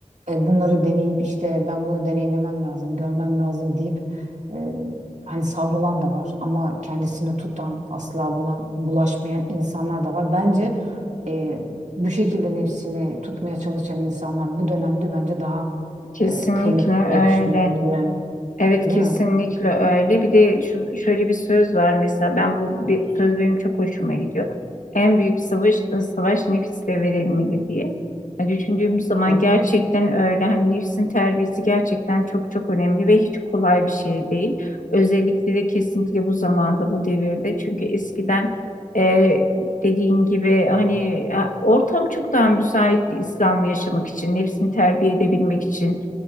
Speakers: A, on the right; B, on the left.
A: e, bunları deneyip işte ben bunu deneyimlemem lazım, görmem lazım deyip e, hani savrulan da var ama kendisini tutan, asla buna bulaşmayan insanlar da var. Bence e, bu şekilde nefsini tutmaya çalışan insanlar bu dönemde bence daha
B: kesinlikle
A: e, kıymetli
B: öyle.
A: diye düşünüyorum. Bilmiyorum,
B: Evet
A: değil
B: kesinlikle
A: mi?
B: öyle. Bir de şu, şöyle bir söz var mesela ben bu bir, söz benim çok hoşuma gidiyor. En büyük savaş savaş nefisle verilmeli diye. Yani düşündüğümüz zaman
A: Evet.
B: gerçekten öyle. Hani nefsin terbiyesi gerçekten çok çok önemli ve hiç kolay bir şey değil. Özellikle de kesinlikle bu zamanda bu devirde. Çünkü eskiden e, dediğin gibi hani e, ortam çok daha müsaitti İslam'ı yaşamak için, nefsini terbiye edebilmek için.